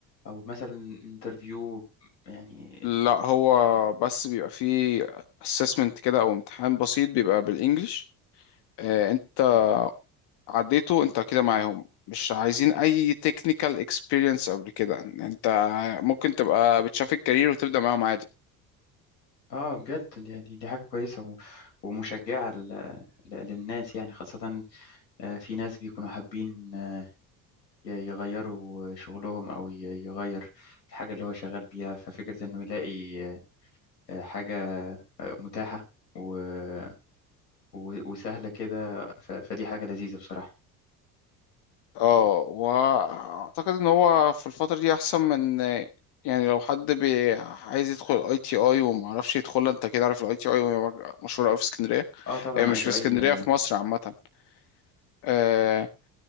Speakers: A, on the left (about 85°); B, on the left (about 55°).
A: او مثلا انترفيو يعني
B: لا هو بس بيبقى فيه assessment كده او امتحان بسيط بيبقى بالانجلش آه، انت عديته انت كده معاهم مش عايزين اي technical experience قبل كده انت ممكن تبقى بتشاف الكارير وتبدأ معاهم عادي
A: اه بجد دي, دي دي حاجة كويسة و- ومشجعة ل- ل- للناس يعني خاصة آه، في ناس بيكونوا حابين آه، ي- يغيروا شغلهم أو ي- يغير الحاجة اللي هو شغال بيها ففكرة إنه يلاقي آه، حاجة متاحة و- و- وسهلة كده ف- فدي حاجة لذيذة بصراحة
B: اه واعتقد ان هو في الفترة دي احسن من يعني لو حد بي عايز يدخل اي تي اي وما عرفش يدخلها انت كده عارف الاي تي اي مشهوره قوي في اسكندريه
A: اه طبعا
B: آه، مش
A: اي تي
B: في اسكندريه
A: اي آه،
B: في مصر عامه آه،